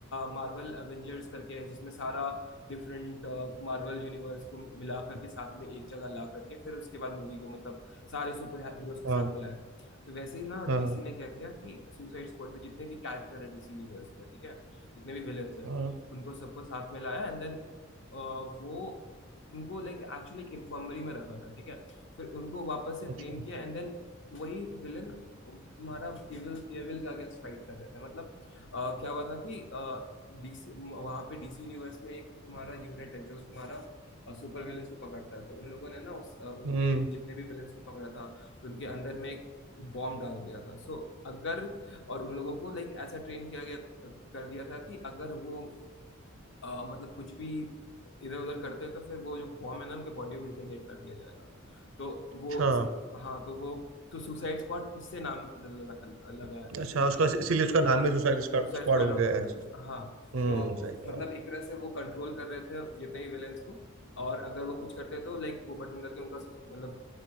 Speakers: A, on the left; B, on the right.
A: मार्वल एवेंजर्स करके है जिसमें सारा डिफरेंट मार्वल यूनिवर्स को मिला करके साथ में एक जगह ला करके फिर उसके बाद मूवी को मतलब सारे सुपर हीरोज के
B: हाँ
A: साथ में लाया था तो वैसे ही ना
B: हाँ
A: डीसी
B: हाँ
A: ने क्या किया कि सुसाइड स्क्वाड में जितने भी कैरेक्टर है डीसी यूनिवर्स में ठीक है जितने भी विलन्स हैं
B: हाँ,
A: उनको सबको साथ में लाया एंड देन वो उनको लाइक एक्चुअली एक इन्फर्मरी में रखा था ठीक है फिर उनको वापस से
B: अच्छा
A: ट्रेन किया एंड देन वही विलन तुम्हारा एविल एविल के अगेंस्ट फाइट कर रहा था मतलब अ, क्या हुआ था कि डीसी वहां पे डीसी यूनिवर्स में एक तुम्हारा यूनिट है जो तुम्हारा सुपर विलन्स को पकड़ता है तो उन लोगों ने ना उस, अ, उनके
B: हम्म
A: जितने भी विलन्स को पकड़ा था तो उनके अंदर में एक बॉम्ब डाल दिया था सो अगर और उन लोगों को लाइक ऐसा ट्रेन किया गया कर दिया था कि अगर वो अ, मतलब कुछ भी इधर उधर करते हैं तो फिर वो जो बॉम्ब है ना उनके बॉडी में डिटोनेट कर दिया जाएगा तो
B: अच्छा
A: वो उस हाँ तो वो तो सुसाइड स्क्वाड उससे नाम ल- ल- रखा- लगा है क्योंकि
B: अच्छा उसका इसीलिए उसका नाम ही सुसाइड स्क्वाड
A: सुसाइड स्क्वाड
B: हो
A: रखा
B: गया
A: है
B: है
A: हाँ
B: हम्म
A: तो
B: सही कह
A: मतलब
B: रहा हूँ
A: एक तरह से वो कंट्रोल कर रहे थे जितने ही विलेंस को और अगर वो कुछ करते तो लाइक वो बटन करके उनका सु- मतलब